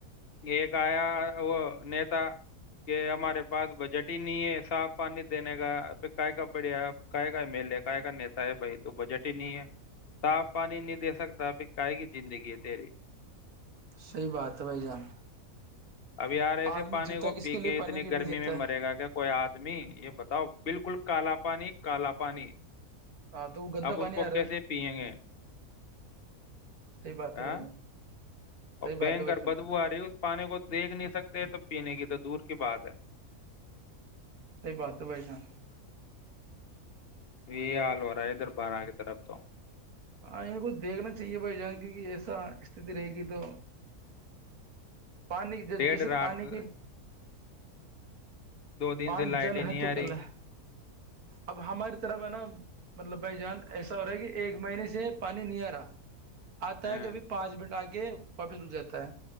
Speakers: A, on the left; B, on the right.
A: ایک آیا وہ نیتا کہ ہمارے پاس بجٹ ہی نہیں ہے صاف پانی دینے کا پ کا کا بڑھیا کا کا میل ہے کا کا نیتا بھائی تو بجٹ ہی نہیں ہے صاف پانی نہیں دے سکتا ابھی کائے کیی زندگی ہے تری
B: صحی بات ہے بھائی جان
A: ابھی یار ایسے
B: آدمی
A: پانی
B: جیتا
A: کو
B: کس
A: پی کے
B: لیے
A: اتنی
B: پانی
A: گرمی
B: لیے جیتا
A: میں مرے
B: ہے
A: گا کیا کوئی آدمی یہ بتاؤ بالکل کالا پانی کالا پانی
B: ہاں تو وہ گندا
A: اب اس
B: پانی
A: کو
B: آ رہا
A: کیسے
B: ہے
A: پیئیں گے
B: صی بات
A: ہاں
B: ہے بھائی جان
A: اور
B: صحیح بات
A: بیننکر
B: ہے بھائی جان
A: بدبو آ رہی ہے اس پانی کو دیکھ نہیں سکتے تو پینے کی دور کے بعاتد ہے
B: صحیح بات ہے بھائی جان
A: یہی حال ہو رہا ہے ادھر بارہ کی طرف تو
B: ہاں یہیں کوچ دیکھنا چاہیے بھائی جائیں گ کہ ایسا استتی رہے گی تو پانی جیسے
A: ڈیڑھ رات
B: پانی
A: سے-
B: کی <inaudible>
A: دو دن
B: پان
A: سے لائٹ
B: جل
A: ہی نہیں
B: ہے تو
A: آ رہی
B: کل ہے اب ہماری طرف ہے نا مطلب بھائی جان ایسا ہو رہا ہے کہ ایک مہینے سے پانی نہیں آ رہا آتا
A: ہاں
B: ہے کبھی پانچ منٹ آ کے کہ واپس رک جاتا ہے